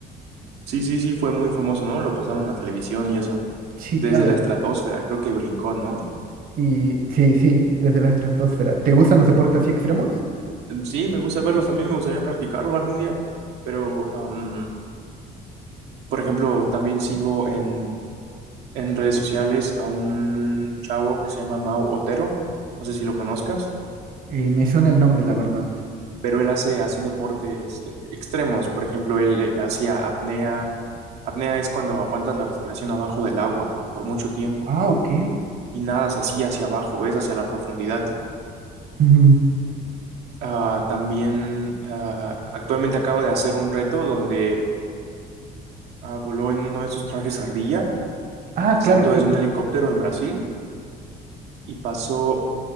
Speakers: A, on the right; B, on the right.
A: Sí, sí, sí, fue muy famoso, ¿no? Lo pasaron en la televisión y eso.
B: Sí,
A: Desde
B: claro.
A: la estratosfera, creo que brincó, ¿no?
B: Y sí, sí, desde la estratosfera. ¿Te gustan los deportes así extremos?
A: Mm, Sí, me gusta verlos, también me gustaría practicarlo algún día, pero, am, por ejemplo, también sigo en, en redes sociales a un chavo que se llama Mau Otero, no sé si lo conozcas,
B: Eh, me suena el nombre, la verdad.
A: pero él hace así deportes eh, extremos, por ejemplo, él eh, hacía apnea, apnea es cuando aguantas la respiración abajo del agua por mucho tiempo
B: Ah, ok.
A: y nadas así hacia abajo, ves hacia la profundidad.
B: Ujú.
A: Ah, también ah, actualmente acaba de hacer un reto donde ah, voló en uno de esos trajes ardilla
B: Ah,
A: Saltó
B: claro, claro.
A: desde un helicóptero en Brasil y pasó